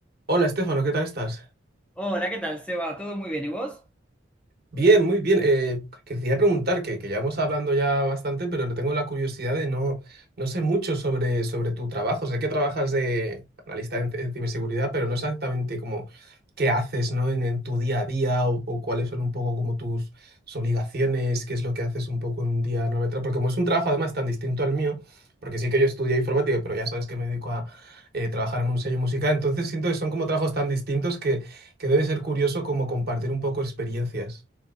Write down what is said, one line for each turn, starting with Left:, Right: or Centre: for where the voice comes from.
Right: Hola, Estefano, ¿qué tal estás?
Centre: Hola, ¿qué tal, Seba? ¿Todo muy bien? ¿Y vos?
Right: Bien, muy bien. Eh, que quería preguntar, que, que llevamos hablando ya bastante, pero no tengo la curiosidad de no, no sé mucho sobre, sobre tu trabajo. Sé que trabajas de analista en, en ciberseguridad, pero no exactamente como qué haces, ¿no? en, en tu día a día o, o cuáles son un poco como tus, tus obligaciones, qué es lo que haces un poco en un día, ¿no? Porque como es un trabajo además tan distinto al mío, porque sí que yo estudié informática, pero ya sabes que me dedico a eh, trabajar en un sello musical, entonces siento que son como trabajos tan distintos que, que debe ser curioso como compartir un poco experiencias.